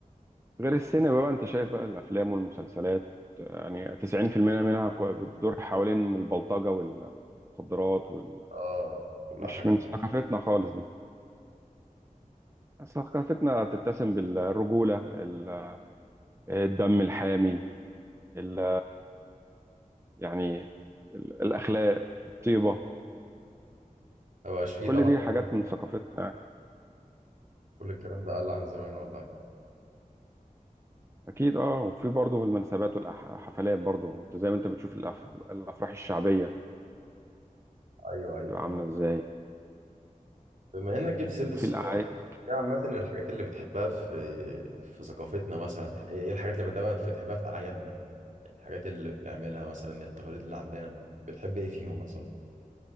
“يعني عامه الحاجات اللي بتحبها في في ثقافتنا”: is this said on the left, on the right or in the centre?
Right